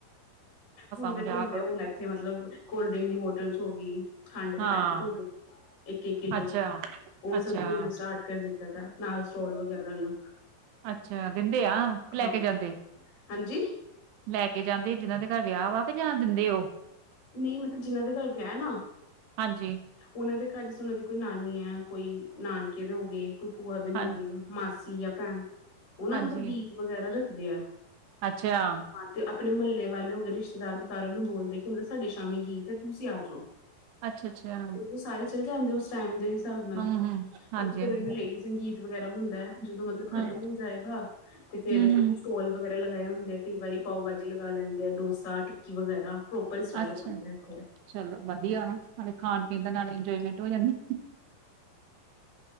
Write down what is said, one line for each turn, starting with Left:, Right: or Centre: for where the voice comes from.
Left: ਹੁਣਦੇ
Right: ਮਜ਼ਾਕ
Left: ਦਿੰਦੇ ਹੁਣ ਇੱਥੇ ਮਤਲਬ ਕੋਲਡ ਡਰਿੰਕ ਦੀ ਬੋਟਲ ਹੋ ਗਈ। ਖੰਡ ਦੇ
Right: ਹਾਂ
Left: ਪੈਕੇਟ ਹੋ ਗਏ। ਇੱਕ- ਇੱਕ ਕਿੱਲੋ
Right: ਅੱਛਾ,
Left: ਦਾ। ਉਹ
Right: ਅੱਛਾ
Left: ਸਭ ਦੇਣਾ ਸਟਾਰਟ ਕਰ ਦਿੱਤਾ ਦਾ ਨਾਲ ਸਟੋਲ ਵਗੈਰਾ
Right: ਅੱਛਾ। ਦਿੰਦੇ ਆ, ਲੈ
Left: ਹਾਂ
Right: ਕੇ ਜਾਂਦੇ।
Left: ਹਾਂਜੀ
Right: ਲੈ ਕੇ ਜਾਂਦੇ ਜਿਹਨਾਂ ਦੇ ਘਰ ਵਿਆਹ ਵਾ। ਕੇ ਜਾਂ ਦਿੰਦੇ ਉਹ।
Left: ਨਹੀਂ, ਮਤਲਬ ਜਿਨਾਂ ਦੇ ਘਰ ਵਿ ਨਾ
Right: ਹਾਂਜੀ
Left: ਉਹਨਾਂ ਦੇ ਘਰ ਚ' ਉਹਨਾਂ ਦੀ ਕੋਈ ਨਾਨੀ ਹੈ, ਕੋਈ ਨਾਨਕੇ ਦੇ ਹੋ ਗਏ, ਕੋਈ ਭੂਆ
Right: ਹਾਂ
Left: ਦੇ ਹੋ ਗਏ, ਮਾਸੀ ਜਾਂ ਭੈਣ। ਉਹ ਨਾ
Right: ਹਾਂਜੀ
Left: ਮਤਲਬ ਗੀਤ ਵਗੈਰਾ ਰੱਖਦੇ ਆ।
Right: ਅੱਛਾ।
Left: ਤੇ ਆਪਣੇ ਮਹੱਲੇ ਵਾਲੇ ਹੋ ਗਏ, ਰਿਸ਼ਤੇਦਾਰ ਨੂੰ ਸਾਰਿਆਂ ਨੂੰ ਬੋਲਦੇ ਕਿ ਮਤਲਬ ਸਾਡੇ ਸ਼ਾਮੀ ਗੀਤ ਹੈ ਤੁਸੀਂ ਆ ਜਾਓ।
Right: ਅੱਛਾ- ਅੱਛਾ।
Left: ਤੇ ਮਤਲਬ ਸਾਰੇ ਚਲੇ ਜਾਂਦੇ ਉਸ ਟਾਈਮ ਦੇ ਹਿਸਾਬ ਨਾਲ।
Right: ਹਮ ਹਾਂਜੀ
Left: ਉਥ ਫਿਰ
Right: ਹਾਂਜੀ
Left: ਉ ਲੇਡੀ ਸੰਗੀਤ ਵਗੈਰਾ ਹੁੰਦਾ ਹੈ। ਜਦੋਂ ਮਤਲਬ
Right: ਹਾਂ
Left: ਖ਼ਤਮ ਹੋ ਜਾਏਗਾ। ਤੇ
Right: ਹਮ
Left: ਫੇਰ
Right: ਹਮ
Left: ਸਟੋਲ ਵਗੈਰਾ ਲਗਾਏ ਹੁੰਦੇ ਆ। ਕਈ ਵਾਰੀ ਪਾਓ ਭਾਜੀ ਲਗਾ ਲੈਂਦੇ ਆ। ਡੋਸਾ, ਟਿੱਕੀ ਵਗੈਰਾ ਪ੍ਰੋਪਰ ਸਟ੍ਰਗਲ
Right: ਅੱਛਾ
Left: ਕਰਦੇੱਥੇ।
Right: ਚਲੋ ਵਧੀਆ। ਨਾ ਨਾਲੇ ਖਾਣ- ਪੀਣ ਦਾ ਨਾਲੇ ਇੰਜੋਏਮੈਂਟ ਹੋ ਜਾਂਦੀ।